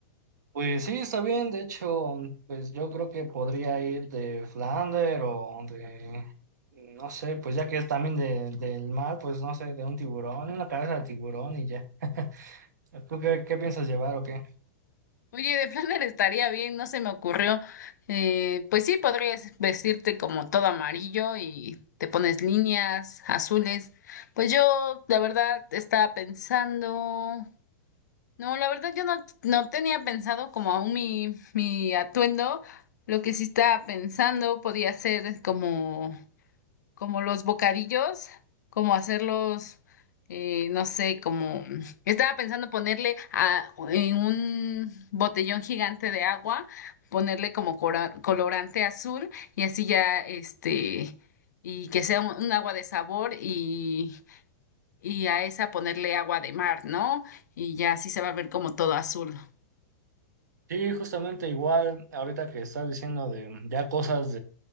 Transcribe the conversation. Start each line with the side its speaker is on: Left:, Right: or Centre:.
Right: Pues sí, está bien, de hecho, pues yo creo que podría ir de Flander o de, no sé, pues ya que es también de, del mar, pues no sé, de un tiburón, una cabeza de tiburón y ya. <laughs> ¿Tú qué, qué piensas llevar o qué?
Left: Oye, de Flanner estaría bien, no se me ocurrió. Eh, pues sí, podrías vestirte como todo amarillo y te pones líneas azules. Pues yo, la verdad, estaba pensando. No, la verdad, yo no, no tenía pensado como aún mi, mi atuendo. Lo que sí estaba pensando podía ser como como los bocadillos, como hacerlos, eh, no sé, como estaba pensando ponerle a, en un botellón gigante de agua, ponerle como cora- colorante azul y así ya, este, y que sea un, un agua de sabor y, y a esa ponerle agua de mar, ¿no? Y ya así se va a ver como todo azul.
Right: Sí, justamente igual, ahorita que estás diciendo de ya cosas